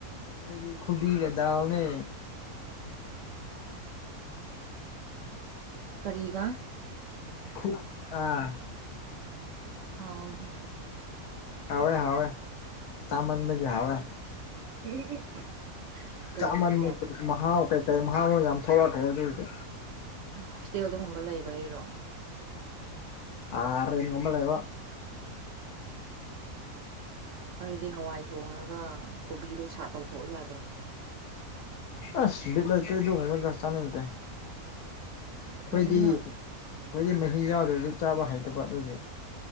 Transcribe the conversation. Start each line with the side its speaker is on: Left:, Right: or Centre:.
Left: ꯑꯈꯣꯏꯒꯤ ꯈꯨꯕꯤꯒꯗꯥꯎꯅꯦ
Right: ꯃꯥꯅꯤ ꯀꯔꯤꯒꯥ
Left: ꯈꯨ ꯑꯥ
Right: ꯍꯥꯎꯋꯦꯅꯦ
Left: ꯍꯥꯎꯋꯦ ꯍꯥꯎꯋꯦ ꯆꯥꯃꯟꯕꯒꯤ ꯍꯥꯎꯋꯦ
Right: <unintelligible> ꯀꯔꯤꯒꯤꯅꯣ
Left: ꯆꯥꯃꯟꯕꯒꯤ ꯃꯍꯥꯎ ꯀꯩꯀꯩ ꯃꯍꯥꯎꯅ ꯌꯥꯝ ꯊꯂꯛꯈ꯭ꯔꯦ ꯑꯗꯨꯏꯗꯤ
Right: ꯍꯣꯁꯇꯦꯜꯗꯒꯨꯝꯕ ꯂꯩꯕꯩꯔꯣ
Left: ꯑꯥ ꯔꯦꯟ ꯒꯨꯝꯕ ꯂꯩꯋꯣ
Right: ꯑꯣ ꯑꯩꯗꯤ ꯍꯋꯥꯏ ꯊꯣꯡꯉꯒ ꯀꯣꯕꯤꯗꯣ ꯁꯥꯠ ꯇꯧꯊꯣꯛꯑ ꯌꯥꯗ꯭ꯔꯣ
Left: ꯑꯁ ꯕꯤꯠ ꯂꯩꯇꯦ ꯑꯗꯨ ꯍꯥꯢꯔꯒ ꯆꯥꯅꯤꯡꯗꯦ ꯑꯈꯣꯏꯗꯤ
Right: ꯐꯖꯅ
Left: ꯑꯈꯣꯢꯗꯤ ꯃꯍꯤ ꯆꯥꯗ꯭ꯔꯁꯨ ꯆꯥꯕ ꯍꯩꯇꯕ ꯑꯗꯨꯒꯤ